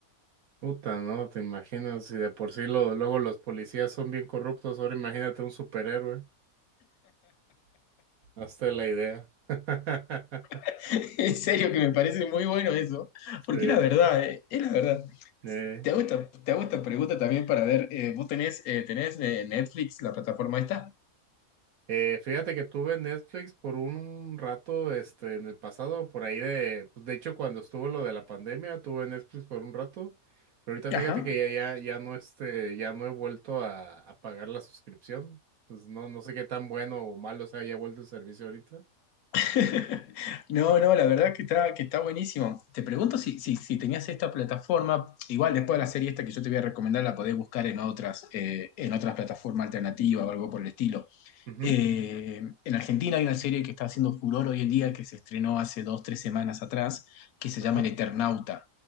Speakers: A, on the right (about 75°); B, on the left (about 85°).
A: Puta, ¿no? Te imaginas, si de por sí lo, luego los policías son bien corruptos, ahora imagínate un superhéroe. Hazte la idea. <laughs>
B: <laughs> En serio que me parece muy bueno eso, porque
A: Sí,
B: es la verdad, eh, es la verdad.
A: sí, eh,
B: Te hago esta, te hago esta pregunta también para ver, eh, ¿vos tenés, eh, tenés eh, Netflix, la plataforma esta?
A: Eh, fíjate que tuve Netflix por un, un rato, este, en el pasado, por ahí de, pues de hecho cuando estuvo lo de la pandemia, tuve Netflix por un rato, pero ahorita fíjate
B: Ajá.
A: que ya, ya, ya no, este, ya no he vuelto a, a pagar la suscripción, pues no, no sé qué tan bueno o malo se haya vuelto el servicio ahorita.
B: <laughs> No, no, la verdad que está, que está buenísimo. Te pregunto si, si, si tenías esta plataforma, igual después
A: Ujú.
B: de la serie esta que yo te voy a recomendar, la podés buscar en otras, eh, en otras plataformas alternativas o algo por el estilo.
A: Ujú,
B: Eh, en Argentina hay una serie que está haciendo furor hoy en día, que se estrenó hace dos, tres semanas atrás, que se
A: Ajá.
B: llama El Eternauta.